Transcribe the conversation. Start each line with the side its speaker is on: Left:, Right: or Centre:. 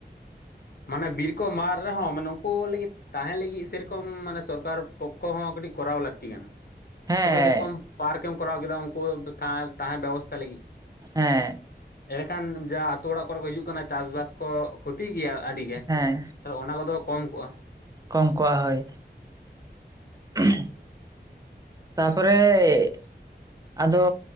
Left: ᱢᱟᱱᱮ ᱵᱤᱨ ᱠᱚ ᱢᱟᱜ ᱨᱮᱦᱚᱸ ᱢᱟᱱᱮ ᱩᱱᱠᱩ ᱞᱟᱹᱜᱤᱫ ᱛᱟᱦᱮᱸᱱ ᱞᱟᱹᱜᱤᱫ ᱥᱮ ᱨᱚᱠᱚᱢ ᱢᱟᱱᱮ ᱥᱚᱨᱠᱟᱨ ᱯᱚᱠᱚ ᱦᱚᱸ ᱠᱟᱹᱴᱤᱡ ᱠᱚᱨᱟᱣ ᱞᱟᱹᱠᱛᱤ ᱠᱟᱱᱟ
Right: ᱦᱮᱸ
Left: ᱦᱚᱭ ᱛᱳ ᱦᱮ ᱨᱚᱠᱚᱢ ᱯᱟᱨᱠ ᱮᱢ ᱠᱚᱨᱟᱣ ᱠᱮᱫᱟ ᱩᱱᱠᱩ ᱛᱟᱦᱮᱸ ᱛᱟᱦᱮᱸ ᱵᱮᱵᱚᱥᱛᱟ ᱞᱟᱹᱜᱤᱫ
Right: ᱦᱮᱸ...
Left: ᱮᱲᱮᱠᱷᱟᱱ ᱡᱟ ᱟᱛᱚ ᱚᱲᱟᱜ ᱠᱚᱨᱮ ᱠᱚ ᱦᱤᱡᱩᱜ ᱠᱟᱱᱟ ᱪᱟᱥ-ᱵᱟᱥ ᱠᱚ ᱠᱷᱚᱛᱤ ᱜᱤᱭᱟ ᱟᱹᱰᱤ ᱜᱮ <unintelligible>
Right: ᱦᱮᱸ
Left: ᱚᱱᱟ ᱠᱚᱫᱚ ᱠᱚᱢ ᱠᱚᱜᱼᱟ
Right: ᱠᱚᱢ ᱠᱚᱜ-ᱟ ᱦᱳᱭ <inaudible> ᱛᱟᱯᱚᱨᱮ ᱟᱫᱚ